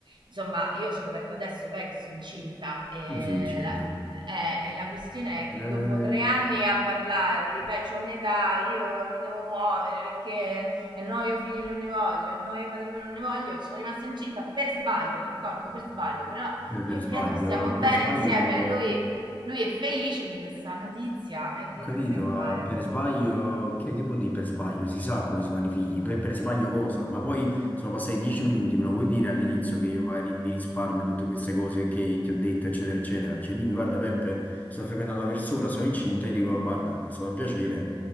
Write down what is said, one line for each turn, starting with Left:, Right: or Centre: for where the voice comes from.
Right: insomma, io ho scoperto adesso beh, che sono incinta e
Left: come sei incinta?
Right: la, eh, e la questione è
Left: Eh,
Right: che dopo tre anni a parlare, di, beh, c'ho un'età, io mi devo muovere perché eh, no, io figli non ne voglio, eh, no, io matrimonio non ne voglio, sono rimasta incinta per sbaglio, d'accordo, per sbaglio, però
Left: eh, per
Right: io e
Left: sbaglio,
Right: Pietro stiamo bene
Left: per sbaglio.
Right: insieme, lui, lui è felice di questa notizia e
Left: Ho
Right: che
Left: capito,
Right: dobbiamo
Left: ma
Right: fare?
Left: per sbaglio, che, che vuol dire per sbaglio? Si sa come si fanno i figli, per, per sbaglio cosa? Ma poi sono passati dieci minuti, me lo vuoi dire all'inizio che io magari mi risparmio tutte queste cose che ti ho detto, eccetera, eccetera. Cioè dimmi, guarda Peppe, sto frequentando una persona, sono incinta, e dico, guarda, è stato un piacere.